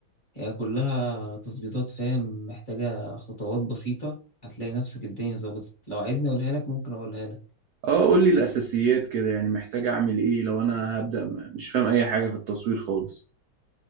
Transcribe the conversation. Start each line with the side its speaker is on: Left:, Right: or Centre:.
Left: هي كلها تظبيطات فاهم محتاجة خطوات بسيطة هتلاقي نفسك الدنيا ظبطت لو عايزني أقولها لك ممكن أقولها لك
Right: اه قول لي الاساسيات كده يعني محتاج اعمل ايه لو انا هبدأ م- مش فاهم اي حاجة في التصوير خالص